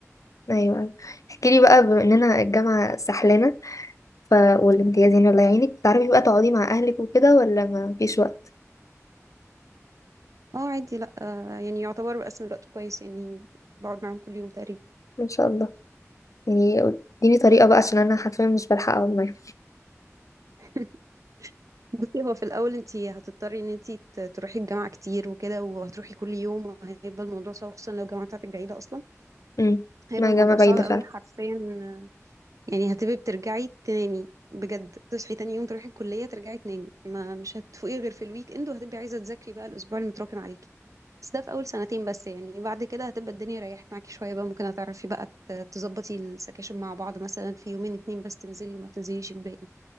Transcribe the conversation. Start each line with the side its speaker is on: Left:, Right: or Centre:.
Left: ايوه احكي لي بقى بما اننا الجامعه سحلانه ف والامتيازين الله يعينك تعرفي بقى تقعدي مع اهلك وكده ولا ما فيش وقت
Right: اه عادي لا آه، يعني يعتبر بقسم الوقت كويس يعني بقعد معاهم كل يوم تقريبا
Left: ما شاء الله يعني اديني طريقه بقى عشان انا حرفيا مش بلحق اقعد معاهم
Right: <laughs> بصي هو في الأول انتي هتضطري ان انتي ت- تروحي الجامعة كتير وكده وهتروحي كل يوم وهيبقى الموضوع صعب خصوصا لو الجامعة بتاعتك بعيدة أصلا
Left: امم
Right: هيبقى
Left: مع
Right: الموضوع
Left: جامعه بعيده
Right: صعب قوي
Left: فعلا
Right: حرفيا آه، يعني هتبقي بترجعي تنامي بجد تصحي تاني يوم تروحي الكلية ترجعي تنامي ما مش هتفوقي غير في الويك اند وهتبقي عايزة تذاكري بقى الأسبوع المتراكم عليكي بس ده في أول سنتين بس يعني بعد كده هتبقى الدنيا ريحت معاكي شوية بقى ممكن هتعرفي بقى ت- تظبطي السكاشن مع بعض مثلا في يومين اتنين بس تنزلي وما تنزليش الباقي